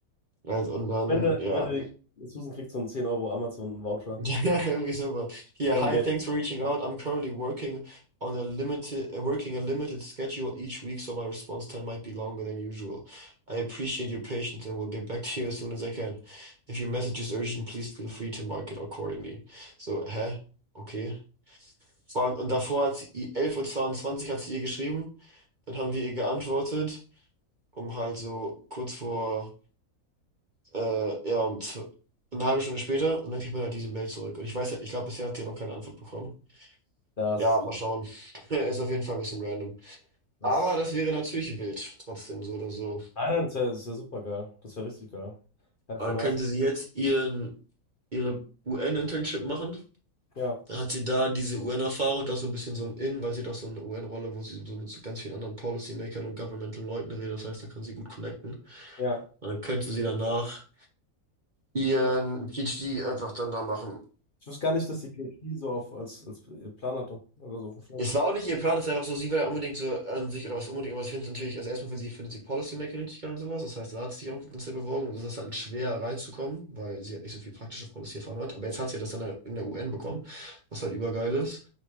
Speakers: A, on the right; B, on the left.
A: Also, und dann,
B: Wenn du,
A: ja.
B: wenn du, Susan kriegt so einen 10 Euro Amazon-Voucher.
A: Ja, <laughs> irgendwie sowas. Hier,
B: Am
A: hi,
B: Geld.
A: thanks for reaching out. I'm currently working on a limited, uh, working a limited schedule each week, so my response time might be longer than usual. I appreciate your patience and will get back to you as soon as I can. If your message is urgent, please feel free to mark it accordingly. So, hä? Okay. Vor allem- Und davor hat sie, i- 11.22 Uhr zweiundzwanzig hat sie ihr geschrieben, dann haben wir ihr geantwortet, um halt so kurz vor, äh, ja, um zw- eine halbe Stunde später, und dann kriegt man halt diese Mail zurück. Und ich weiß halt, ich glaube, bisher hat sie ja noch keine Antwort bekommen.
B: Das
A: Ja,
B: ist
A: mal
B: krass.
A: schauen. <laughs> ist auf jeden Fall ein bisschen random.
B: Das
A: Aber das wäre natürlich wild, trotzdem so oder so.
B: Nein, nein, das wäre wär das wär super geil. Das wäre richtig geil. Ja, voll
A: Dann
B: nice.
A: könnte sie jetzt ihren, ihre UN-Internship machen.
B: Ja,
A: Dann hat sie da diese UN-Erfahrung und das so ein bisschen so ein In, weil sie doch so eine UN-Rolle, wo sie so mit so ganz vielen anderen Policymakern und Governmental-Leuten redet. Das heißt, da kann sie gut connecten.
B: ja.
A: Und dann könnte sie danach ihren PhD einfach dann da machen.
B: Ich wusste gar nicht, dass die PSP so auf, als, als Plan hatte oder so auf dem Schirm.
A: Es war auch nicht ihr Plan, es ist einfach so, sie will ja unbedingt so an sich oder was unbedingt, aber ich finde natürlich, also erstmal für sie findet sie Policymaking richtig geil und sowas. Das heißt, da hat sie sich auch ganz sehr beworben und es ist halt schwer reinzukommen, weil sie halt nicht so viel praktische Policy-Erfahrung hat. Aber jetzt hat sie das dann in der UN bekommen, was halt übergeil ist.